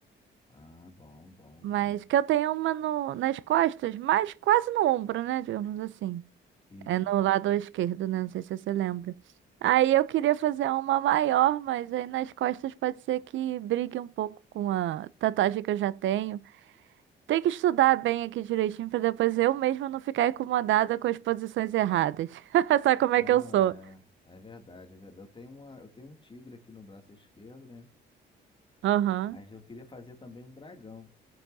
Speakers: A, on the left; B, on the right.
A: Ah, bom, bom,
B: mas
A: bom.
B: que eu tenho uma no- nas costas, mas quase no ombro, né? Digamos assim.
A: Isso.
B: É no lado esquerdo, né? Não sei se você lembra. Aí eu queria fazer uma maior, mas aí nas costas pode ser que brigue um pouco com a tatuagem que eu já tenho. Tem que estudar bem aqui direitinho pra depois eu mesma não ficar incomodada com as posições erradas. <laughs> Sabe como
A: Não,
B: é que eu sou?
A: é, é verdade, é verdade. Eu tenho uma, eu tenho um tigre aqui no braço esquerdo, né?
B: Aham,
A: Mas eu queria fazer também um dragão.